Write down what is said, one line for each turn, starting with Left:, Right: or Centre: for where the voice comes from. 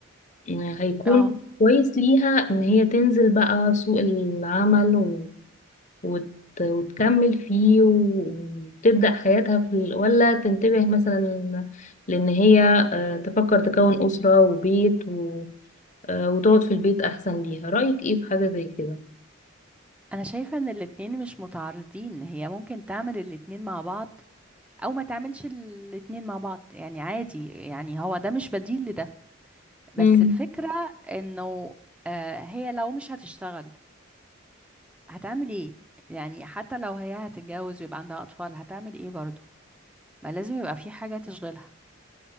Left: آه، هيكون
Centre: اه
Left: كويس ليها إن هي تنزل بقى سوق العمل وت... وتكمل فيه و- وتبدأ حياتها في ال... ولا تنتبه مثلا لأن هي آه، تفكر تكون أسرة وبيت و... آه، وتقعد في البيت أحسن ليها رأيك إيه في حاجة زي كده؟
Centre: انا شايفه ان الاتنين مش متعارضين هي ممكن تعمل الاتنين مع بعض او ما تعملش الاتنين مع بعض يعني عادي يعني هو ده مش بديل لده بس
Left: امم
Centre: الفكره انه آه هي لو مش هتشتغل هتعمل ايه يعني حتى لو هي هتتجوز ويبقى عندها اطفال هتعمل ايه برضه ما لازم يبقى في حاجه تشغلها